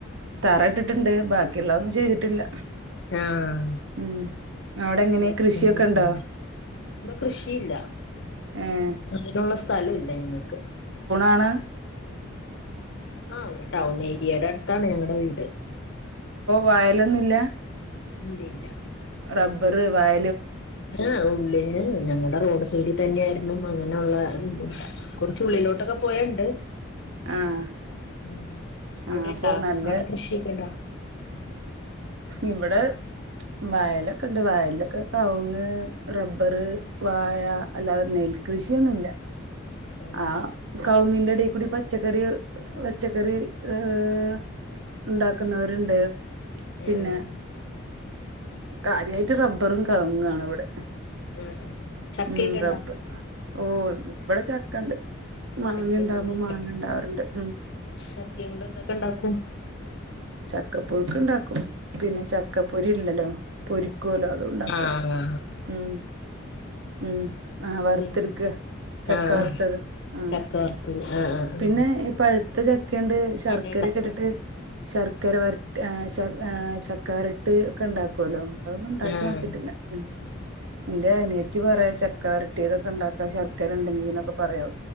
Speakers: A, on the right; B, on the left.
A: തറ ഇട്ടിട്ടുണ്ട് ബാക്കിയുള്ള ഒന്നും ചെയ്തിട്ടില്ല
B: ആഹ്
A: ഉം അവിടെ എങ്ങനെ
B: <unintelligible>
A: കൃഷിയൊക്കെ ഇണ്ടോ
B: ഇവിടെ കൃഷിയില്ല
A: ഏഹ്
B: അതി നുള്ള സ്ഥലം ഇല്ല ഞങ്ങക്ക്
A: ആണ്
B: ആഹ് ഒരു ടൗൺ ഏരിയയുടെ അടുത്താണ് ഞങ്ങളടെ വീട്
A: വയലൊന്നുമില്ല
B: ഇല്ല ഇല്ല
A: റബർ വയ
B: ആ ഉള്ളിങ്ങ ഞങ്ങളടെ റോഡ് <unintelligible> തന്നെയായിരുന്നു അങ്ങനെയുള്ള കുറച്ച് ഉള്ളിലോട്ടൊക്കെ പോയ ണ്ട്
A: ആഹ്
B: ഉം അവിടെ
A: ആഹ് അപ്പൊ
B: ഇണ്ടാ
A: നല്ല
B: അവിടെ കൃഷിയൊക്കെ ഉണ്ടാ
A: ഇവിടെ വയലൊക്കെ ഉണ്ട് വയലൊക്കെ കവുങ്ങ്, റബ്ബർ, വാഴ അല്ലാതെ നെൽകൃഷിയൊന്നുമില്ല
B: ആഹ്
A: ആ കൗങ്ങിന്റെ ഇടേൽ ക്കൂടി പച്ചക്കറി പച്ചക്കറി ഏഹ് ഉണ്ടാക്കുന്നവരുണ്ട് പിന്നെ
B: ആഹ്
A: കാര്യമായിട്ട് റബ്ബറും കവുങ്ങും ആണ് ഇവിടെ
B: ഉം ഉം ചക്കയൊക്കെ
A: ഉം
B: ഉണ്ടോ
A: റബ്ബർ ഓ ഇവിടെ ചക്കണ്ട് മാങ്ങുണ്ടാവുമ്പോ
B: ചക്കയും മാങ്ങയൊക്കെ
A: മാങ്ങ
B: ഇണ്ടാ
A: ഉണ്ടാവാറുണ്ട് ഉം
B: ചക്കയും കൊണ്ട് എന്തൊക്കെ ഇണ്ടാക്കും
A: ചക്കപ്പുഴുക്ക് ഉണ്ടാക്കും പിന്നെ ചക്കപ്പൊരി ഇല്ലല്ലോ പൊരി <unintelligible> അത് ഉണ്ടാക്കും
B: ആഹ് ആഹ്
A: ഉം ഉം ആഹ് വറുത്തെടുക്ക
B: പിന്നെ
A: ചക്ക
B: ആഹ്
A: വറുത്തത് ആ
B: ചക്ക വറുത്തത് ആഹ് ആഹ്
A: പിന്നെ
B: ആഹ്
A: പഴുത്ത ചക്കണ്ട് ശർക്കര
B: അട ഇണ്ടാക്കോ
A: ക്കെ ഇട്ടിട്ട് ശർക്കര വരട്ട് ആ ആ ചക്ക വരട്ട് ഒക്കെ ഉണ്ടാക്കല്ലോ അതൊന്നും ഉണ്ടാക്കി
B: ആഹ്
A: നോക്കിയിട്ടില്ല ഉം എന്റെ അനിയത്തി പറയും ചക്ക വരട്ടിയതൊക്കെ ഉണ്ടാക്കാ ശർക്കര ഉണ്ടെങ്കി എന്നൊക്കെ പറയും